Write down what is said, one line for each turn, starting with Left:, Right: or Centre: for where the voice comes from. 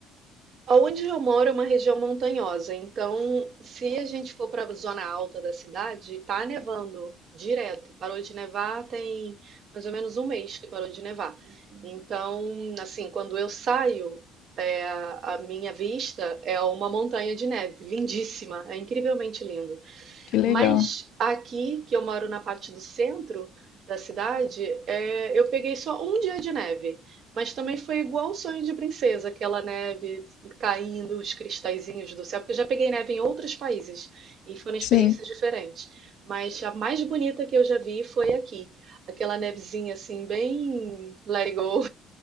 Right: Aonde eu moro é uma região montanhosa, então se a gente for para a zona alta da cidade, tá nevando direto. Parou de nevar tem mais ou menos um mês que parou de nevar. Então, assim, quando eu saio, é, a minha vista é uma montanha de neve, lindíssima, é incrivelmente lindo.
Left: Que legal.
Right: Mas aqui, que eu moro na parte do centro da cidade, é, eu peguei só um dia de neve. Mas também foi igual o Sonho de Princesa, aquela neve caindo, os cristalzinhos do céu, porque eu já peguei neve em outros países e foram experiências
Left: Sim.
Right: diferentes. Mas a mais bonita que eu já vi foi aqui. Aquela nevezinha assim, bem let it go,